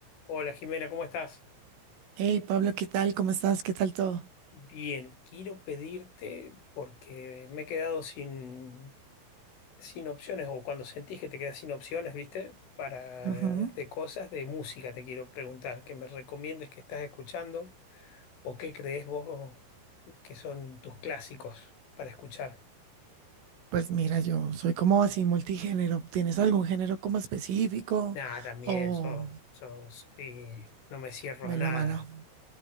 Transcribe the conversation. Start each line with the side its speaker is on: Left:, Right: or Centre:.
Left: Hola Jimena, ¿cómo estás?
Right: Hey Pablo, ¿qué tal? ¿Cómo estás? ¿Qué tal todo?
Left: Bien, quiero pedirte, porque me he quedado sin, sin opciones, o cuando sentís que te quedas sin opciones, ¿viste? Para
Right: Ujú.
Left: de cosas de música te quiero preguntar, que me recomiendes que estás escuchando o qué crees vos que son tus clásicos para escuchar.
Right: Pues mira, yo soy como así multigénero. ¿Tienes algún género como específico
Left: Nada, también
Right: o
Left: sos, sos- y no me cierro
Right: melómano?
Left: a nada.